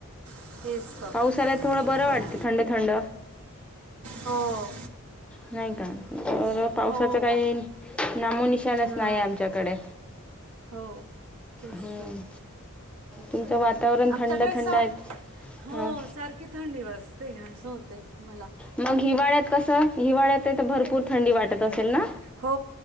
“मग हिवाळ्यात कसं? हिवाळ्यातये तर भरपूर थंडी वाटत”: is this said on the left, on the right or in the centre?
Centre